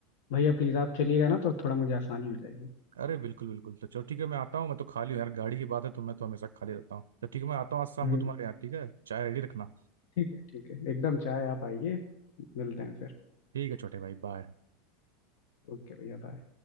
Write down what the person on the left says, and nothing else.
भैया प्लीज आप चलिएगा ना तो थोड़ा मुझे आसानी हो जाएगी
हम्म,
ठीक है ठीक है एकदम चाहे आप आइए मिलते हैं फिर
ओके भैया बाय